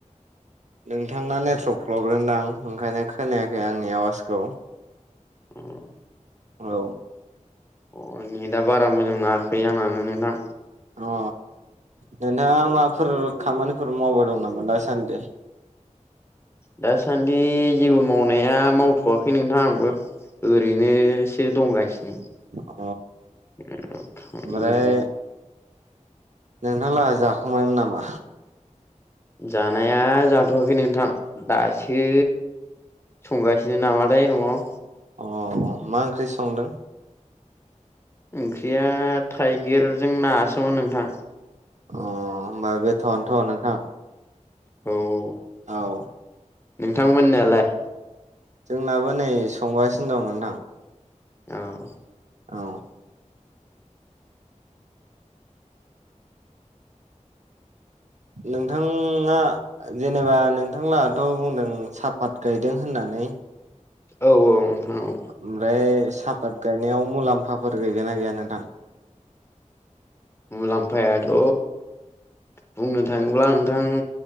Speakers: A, on the right; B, on the left.
A: नोंथांना नेटवर्क प्रब्लेम दां ओंखायनो खोनायाखै आंनि आवाजखौ
B: ओम
A: औ
B: अ नेटआ बारा मोजां नाङाखै आंनानो नोंथां
A: अ नोंथाङा माबाफोर खामानिफोर मावबाय दं नामा दासान्दि
B: दासान्दि जेबो मावनाया मावथ'वाखै नोंथां आंबो ओरैनोसो दंगासिनो
A: अ
B: <inaudible>
A: ओमफ्राय नोंथांलाहा जाखांबायमोन नामा?
B: जानाया जाथ'वाखै नोंथां दासो संगासिनो नामाथाय न'आव
A: अ मा ओंख्रि संदों?
B: ओंख्रिया थाइगिरजों नासोमोन नोंथां
A: अ होमबा बेथ'आनोथ' नोंथां
B: औ
A: औ
B: नोंथांमोननालाय
A: जोंनाबो नै संगासिनो दं नोंथां
B: औ
A: औ नोंथाङा जेनेबा नोंथांलाहाथ' बुंदों सापात गायदों होननानै
B: औ औ नोंथां औ
A: ओमफ्राय सापात गायनायाव मुलाम्फाफोर गैगोना गैया नोंथां
B: मुलाम्फायाथ' बुंनो थाङोब्ला नोंथां